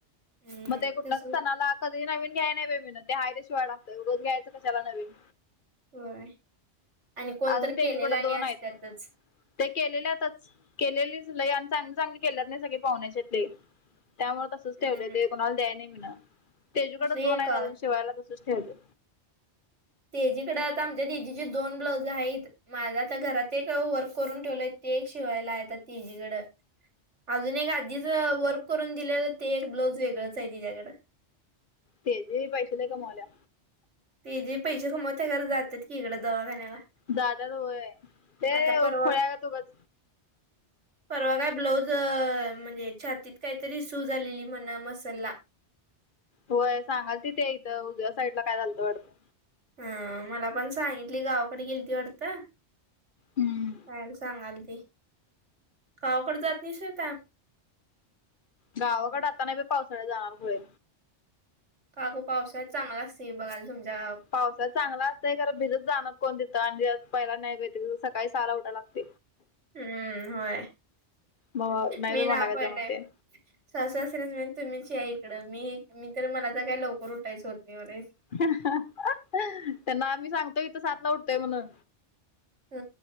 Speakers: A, on the right; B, on the left.
A: हम्म
B: मग ते कुठला
A: तसच
B: तर सणाला कधी नवीन घ्याय नाही बया मिनं, ते हायत त्या शिवाय टाकतोय, उगच घ्यायचं कशाला नवीन.
A: होय, आणि कोणतर
B: अजून त्याच्याकडे
A: केलेला आणि
B: दोन
A: असतेतच.
B: आहेत ते केलेल्यातच, केलेलीच लय आणि चांगली चांगली केलेत नाही सगळे पाहुण्याच्यातले, त्यामुळे तसच
A: हम्म
B: ठेवलंय, ते कोणाला द्याय नाही मिनं, तेजूकडच
A: असे
B: दोन आहे
A: का
B: अजून शिवायला तसच ठेवलंय.
A: तेजीकडे आता आमच्या जिजीची दोन ब्लाउज आहेत. माझा आता घरात एक वर्क करून ठेवलंय, ते एक शिवायला आहेत तिजीकडं. अजून एक आधीच वर्क करून दिलेलं ते एक ब्लाऊज वेगळंच आहे तिच्याकडं.
B: तेजे पैसे लय कमवाल्या.
A: तेजे पैसे कमवते खरं, जातात की इकडं दवाखान्याला.
B: जात्यात होय, ते
A: आता परवा
B: खुळ्यागत उगाच
A: परवा काय ब्लाऊज, म्हणजे छातीत काहीतरी सुज आलेली म्हण मसलला.
B: होय सांगालती ते एकद उजव्या साईडला काहीतरी झालतं वाटतं.
A: हम्म, मला पण सांगितली गावाकडे गेलती वाटतं.
B: हम्म
A: पायल सांगालती, गावाकडे जातीस व्हय आता?
B: गावाकडे आता नाही बी, पावसाळ्यात जाणार होय.
A: काग पावसात चांगला असतील बघायला तुमच्या
B: पावसा चांगला असतय खरं भिजत जाणार कोण दथं आणि पहिला नाही भेते सकाळी सहाला उठाय लागत.
A: हम्म होय
B: मग नाही
A: मी
B: बाई मला
A: नाण
B: काय
A: पण
B: जमत
A: नाही.
B: ते
A: सासू-सासर्‍यांना म्हणायचं तुम्ही ते इकडे मला तर काय लवकर उठायचं होत नाही.
B: त्यांना आम्ही सांगतोय इथ सातला उठतोय म्हणून
A: ह